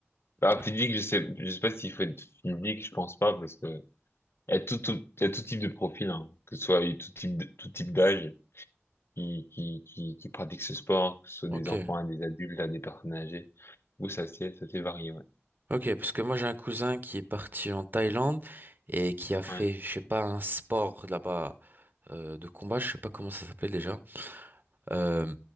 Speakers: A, on the left; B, on the right.
A: Bah,
B: D'ac-
A: physique, je sais, je sais pas s'il faut être physique, je pense pas parce que Il y a tout, tout- il y a tout type de profil, hein, que ce soit il y a tout type de- tout type d'âge qui, qui, qui, qui pratique ce sport, que ce soit
B: Ok.
A: des enfants à des adultes, à des personnes âgées. Ou ça c'est ça c'est varié, ouais.
B: Ok, parce que moi j'ai un cousin qui est parti en Thaïlande et qui a fait,
A: Ouais.
B: je sais pas, un sport là-bas euh, de combat, je sais pas comment ça s'appelle déjà. Euh,